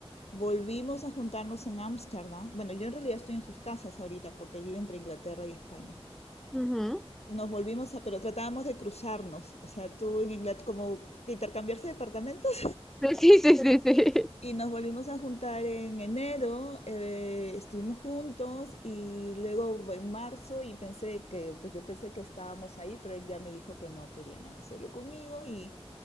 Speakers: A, on the left; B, in the centre.
A: Volvimos a juntarnos en Ámsterdam. Bueno, yo en realidad estoy en sus casas ahorita porque él vive entre Inglaterra y España.
B: Ujú. <laughs>
A: Nos volvimos a, pero tratábamos de cruzarnos, o sea, tú en Inglaterra, como de intercambiarse departamentos.
B: Sí, sí, sí, sí. <laughs>
A: Y nos volvimos a juntar en enero, eh, estuvimos juntos y luego en marzo y pensé que, pues yo pensé que estábamos ahí, pero él ya me dijo que no quería nada serio conmigo y,